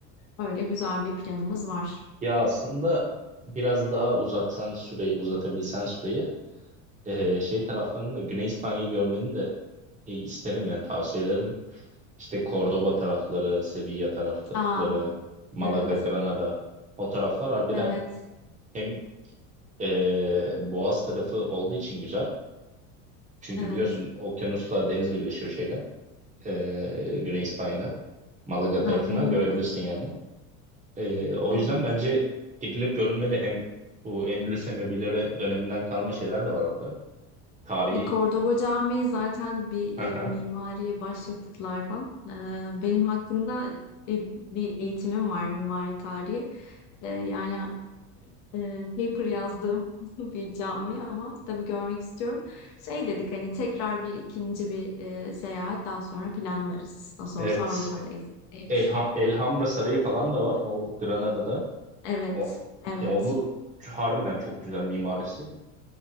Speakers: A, on the left (about 50°); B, on the right (about 20°).
A: Öyle güzel bir planımız var.
B: Ya aslında biraz daha uzatsan süreyi, uzatabilsen süreyi e, şey taraflarını da Güney İspanya'yı görmeni de e, isterim yani tavsiye ederim. İşte Cordoba tarafları, Sevilla tarafları,
A: Aa,
B: Malaga,
A: Evet,
B: Granada o taraflar harbiden
A: evet,
B: hem e, Boğaz tarafı olduğu için güzel. Çünkü
A: evet.
B: biliyorsun okyanusla deniz birleşiyor şeyde e, Güney İspanya'da. Malaga tarafından
A: Aynen
B: görebilirsin
A: öyle.
B: yani. E, o
A: Evet.
B: yüzden bence gidilip görülmeli hem bu Endülüs Emevileri döneminden kalma şeyler de var orada. Tarihi.
A: E, Cordoba Camii zaten bir
B: Aha.
A: e, mimari başyapıtlardan. E, benim hakkında e, bir eğitimim var mimari tarihi. E, yani e, paper yazdığım <laughs> bir cami ama tabii görmek istiyorum. Şey dedik hani tekrar bir ikinci bir e, seyahat daha sonra planlarız. Nasıl
B: Evet,
A: olsa Avrupa'dayız diye
B: Elha-
A: düşünüyorum.
B: Elhamra Sarayı falan da var o Granada'da.
A: Evet,
B: O
A: evet.
B: ya onu ç- harbiden çok güzel mimarisi.